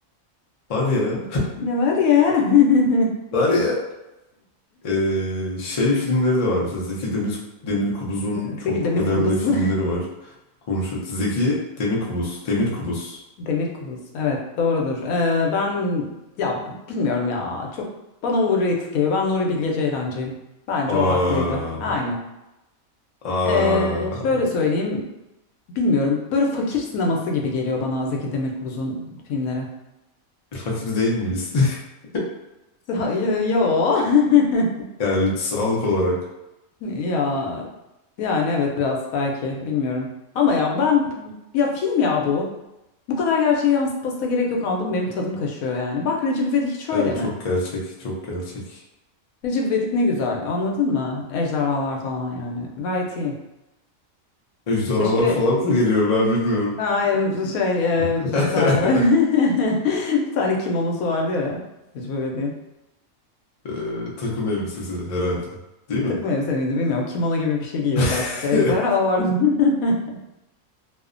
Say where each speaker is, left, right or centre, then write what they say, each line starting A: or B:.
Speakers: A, on the left; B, on the left.
A: Var ya
B: Ne var ya? <laughs>
A: <laughs> var ya Ee, şey filmleri de var mesela Zeki Demir, Demirkubuz'un
B: Bizdeki
A: çok
B: demir
A: önemli
B: kubus.
A: filmleri
B: <laughs>
A: var. Konuşuyor. Zeki Demirkubuz. Demirkubuz.
B: Demir kubus. Evet, doğrudur. Ee, ben ya bilmiyorum ya. Çok bana overrated geliyor. Ben Nuri Bilge Ceylancıyım. Bence
A: Aa,
B: o haklıydı. Aynen.
A: aa.
B: Ee,
A: <laughs>
B: şöyle söyleyeyim. Bilmiyorum. Böyle fakir sineması gibi geliyor bana Zeki Demirkubuz'un filmleri.
A: E, fakir değil miyiz? <laughs>
B: Hayır, Yo. <laughs>
A: Yani sağlık olarak.
B: Ya yani evet biraz belki bilmiyorum. Ama ya ben ya film ya bu. Bu kadar gerçeği yansıtması da gerek yok aldım. Benim tadım kaşıyor yani. Bak Recep İvedik hiç öyle
A: Evet
B: mi?
A: çok gerçek, çok gerçek.
B: Recep İvedik ne güzel anladın mı? Ejderhalar falan yani. Gayet iyi.
A: Ejderhalar
B: Keşke
A: falan mı geliyor ben bilmiyorum.
B: hayır şey
A: <laughs>
B: e, bir tane <laughs> bir tane kimonosu vardı ya Recep İvedik'in.
A: Ee, takım elbisesi herhalde. Değil mi?
B: Takım elbise miydi bilmiyorum. Kimono gibi bir şey giyiyordu
A: <laughs>
B: arkasında ejderha vardı. <laughs>